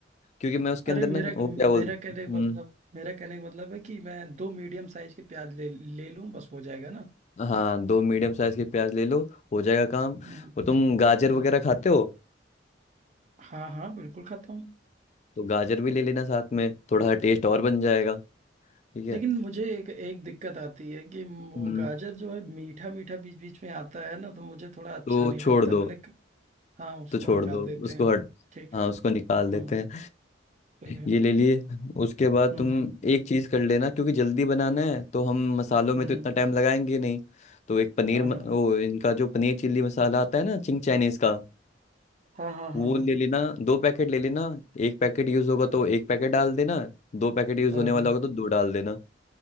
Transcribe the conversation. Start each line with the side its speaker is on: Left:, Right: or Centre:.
Left: क्योंकि मैं उसके
Right: अरे
Left: अंदर
Right: मेरा
Left: ना वो क्या बोल
Right: मेरा कहने
Left: हम्म
Right: का मतलब मेरा कहने का मतलब है कि मैं दो मीडियम साइज के प्याज ले ले लूँ बस हो जाएगा ना
Left: हाँ दो मीडियम साइज के प्याज ले लो हो जाएगा काम
Right: हम्म
Left: और तुम गाजर
Right: हम्म,
Left: वगैरह खाते हो
Right: हाँ हाँ बिल्कुल खाता हूँ
Left: तो गाजर भी ले लेना साथ में थोड़ा सा टेस्ट और बन जाएगा ठीक है
Right: लेकिन मुझे एक एक दिक्कत आती है कि वो
Left: हम्म
Right: गाजर जो है मीठा मीठा बीच बीच में आता है ना तो मुझे थोड़ा अच्छा
Left: तो
Right: नहीं
Left: छोड़
Right: लगता
Left: दो
Right: मैंने क- हाँ उसको
Left: तो छोड़
Right: निकाल
Left: दो
Right: देते
Left: उसको
Right: हैं
Left: हट
Right: ठीक
Left: हाँ
Right: है
Left: उसको निकाल देते
Right: हाँ
Left: हैं
Right: ठीक है
Left: ये ले लिए उसके बाद
Right: हम्म
Left: तुम
Right: हम्म
Left: एक चीज़ कर लेना क्योंकि जल्दी बनाना है तो हम मसालों में
Right: हम्म
Left: तो
Right: हम्म,
Left: इतना टाइम लगाएंगे नहीं तो एक पनीर
Right: हाँ
Left: म-
Right: हाँ
Left: वो इनका जो पनीर चिल्ली मसाला आता है ना चिंग चाइनीज़ का
Right: हाँ हाँ हाँ
Left: वो
Right: हाँ
Left: ले लेना दो पैकेट ले लेना एक पैकेट यूज़ होगा तो एक पैकेट डाल देना दो पैकेट यूज़
Right: हाँ
Left: होने वाला
Right: हाँ
Left: होगा तो दो डाल देना